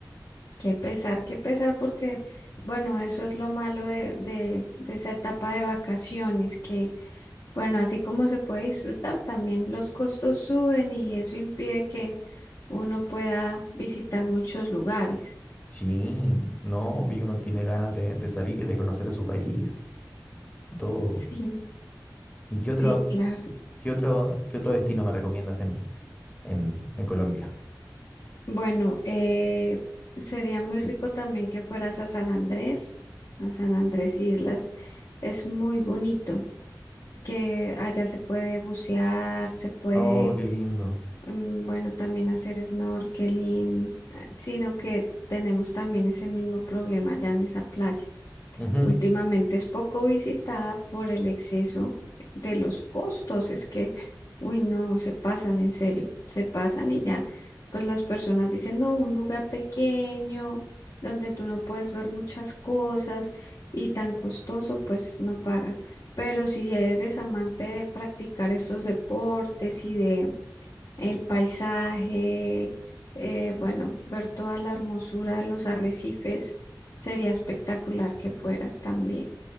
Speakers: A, on the left; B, on the left.
A: Qué pesar, qué pesar, porque, bueno, eso es lo malo de, de, de esa etapa de vacaciones, que, bueno, así como se puede disfrutar, también los costos suben y eso impide que uno pueda visitar muchos lugares.
B: Sí, no, y uno tiene ganas de, de salir, de conocer su país, todo.
A: Sí,
B: ¿Y qué otro,
A: sí, claro.
B: qué otro, qué otro destino me recomiendas en, en, en Colombia?
A: Bueno, eh, sería muy rico también que fueras a San Andrés, a San Andrés Islas. Es muy bonito, que allá se puede bucear, se puede,
B: Oh, qué lindo.
A: mm, bueno, también hacer snorkeling, eh, sino que tenemos también ese mismo problema allá en esa playa.
B: Ujú.
A: Últimamente es poco visitada por el exceso de los costos. Es que, uy, no, se pasan en serio, se pasan y ya, pues las personas dicen, no, un lugar pequeño donde tú no puedes ver muchas cosas y tan costoso, pues no paga. Pero si eres amante de practicar estos deportes y de el paisaje, eh, bueno, ver toda la hermosura de los arrecifes, sería espectacular que fueras también.